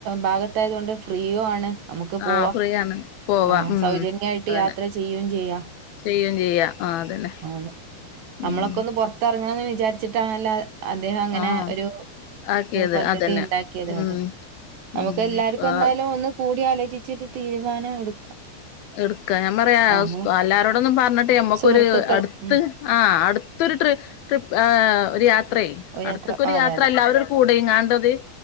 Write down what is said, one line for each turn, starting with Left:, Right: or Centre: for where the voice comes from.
Right: ഭാഗത്തായത് കൊണ്ട് ഫ്രീയോ ആണ് നമുക്ക് പോവാം.
Left: ആഹ് ഫ്രീയാണ് പോവാ
Right: ആ
Left: ഉം
Right: സൗജന്യായിട്ട്
Left: അതന്നെ
Right: യാത്ര ചെയ്യും ചെയ്യാം.
Left: ചെയ്യും ചെയ്യാ ആഹ് അതന്നെ
Right: അ നമ്മളൊക്കെ
Left: ഉം
Right: ഒന്ന്, പുറത്തിറങ്ങണാന്ന് വിചാരിച്ചിട്ടാണല്ലോ. അദ്ദേഹം, അങ്ങനെ
Left: ആഹ്
Right: ഒരു
Left: ആക്കിയത്
Right: പദ്ധതി
Left: അതന്നെ
Right: ഉണ്ടാക്കിയത്
Left: ഉം
Right: അതെ. നമുക്ക്
Left: ഉം
Right: എല്ലാർക്കും
Left: ആഹ്
Right: എന്തായാലും ഒന്ന് കൂടി ആലോചിച്ചിട്ട് തീരുമാനം എടുക്കാം.
Left: എടുക്കാം. ഞാൻ പറയാ
Right: ആഹ്
Left: എല്ലാരോടൊന്നും പറഞ്ഞിട്ട് നമുക്കൊരു
Right: സുഹൃത്തുക്കൾ
Left: അടുത്ത്
Right: ഉം
Left: ആ അടുത്തൊരു ട്രി ആ ട്രിപ്പ്, ത്രയെ അടുത്തൊക്കെ
Right: യാത്ര
Left: ഒരു
Right: അതെ
Left: യാത്ര
Right: അതെ
Left: എല്ലാവരും കൂടെ ഇങ്ങാണ്ടത്